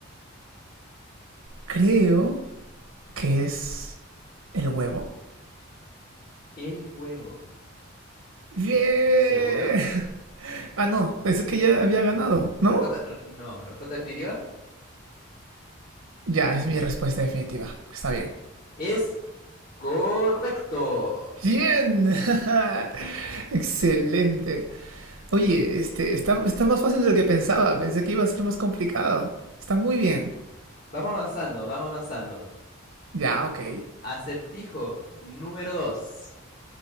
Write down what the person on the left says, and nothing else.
El huevo.
¿Seguro?
Respuesta, re- no, respuesta definitiva.
Es correcto.
Vamos avanzando, vamos avanzando.
Acertijo número 2.